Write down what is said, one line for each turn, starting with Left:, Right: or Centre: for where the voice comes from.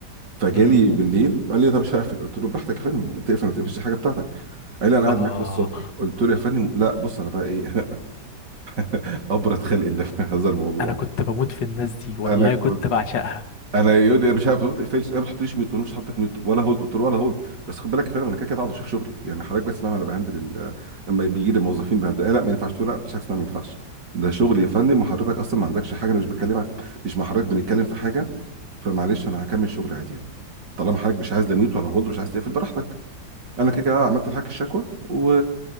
Right: فجالي
Left: مم.
Right: بالليل قال لي طب مش هقفل قلت له براحتك يا فندم تقفل ما تقفلش الحاجه بتاعتك قال لي انا قاعد
Left: آه
Right: معاك للصبح قلت له يا فندم لا بص انا بقى ايه <laughs> ابرد خلق الله في هذا الموضوع
Left: أنا كنت بموت في الناس دي والله
Right: انا كنت
Left: كنت بعشقها
Right: انا يقول لي مش عارف ما تقفلش انا ما تحطليش ميوت انا مش هحطك ميوت ولا هولد قلت له ولا هولد بس خد بالك يا فندم انا كده كده قاعد اشوف شغلي يعني حضرتك بس معنا انا بهندل ال- لما بيجي لي موظفين بهندل آه لا ما ينفعش تقول لا مفيش حاجه اسمها ما ينفعش ده شغلي يا فندم وحضرتك اصلا ما عندكش حاجه انا مش بكلمك مش مع حضرتك بنتكلم في حاجه فمعلش انا هكمل شغلي عادي يعني طالما حضرتك مش عايز لا ميوت ولا هولد مش عايز تقفل براحتك انا كده كده عملت لحضرتك الشكوى و...